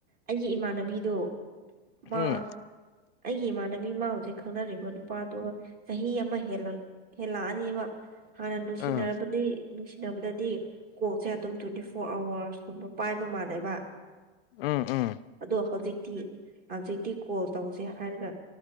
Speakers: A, on the right (about 30°); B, on the left (about 65°).
A: ꯑꯩꯒꯤ ꯏꯃꯥꯟꯅꯕꯤꯗꯣ ꯃꯥ
B: ꯎꯝ
A: ꯑꯩꯌꯦ ꯃꯥꯅꯕꯤꯃ ꯍꯧꯖꯤꯛ ꯈꯪꯅꯔꯤꯕ ꯅꯨꯄꯥꯗꯨ ꯆꯍꯤ ꯑꯃ ꯍꯦꯜꯂꯛꯑꯅꯤꯕ ꯍꯥꯟꯅ ꯅꯨꯡꯁꯤꯅꯔꯕꯗꯤ
B: ꯎꯝ
A: ꯅꯨꯡꯁꯤꯅꯕꯗꯗꯤ ꯀꯣꯛꯁꯦ ꯑꯗꯨꯝ ꯇ꯭ꯋꯦꯟꯇꯤ ꯐꯣꯔ ꯑꯋꯔꯁ ꯎ ꯄꯥꯏꯕ ꯃꯥꯜꯂꯦꯕ
B: ꯎꯝ ꯎꯝ <inaudible>
A: ꯑꯗꯣ ꯍꯧꯖꯤꯛꯇꯤ ꯍꯧꯖꯤꯛꯇꯤ ꯀꯣꯜ ꯇꯧꯁꯦ ꯍꯥꯏꯔꯒ